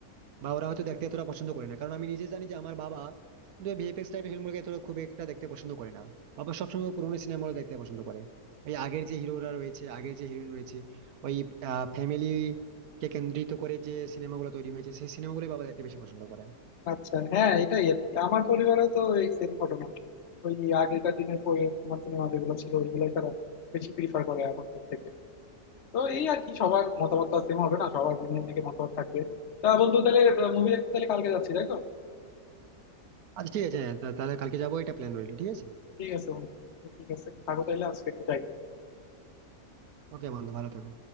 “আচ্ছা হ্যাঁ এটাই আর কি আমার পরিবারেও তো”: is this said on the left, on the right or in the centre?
Left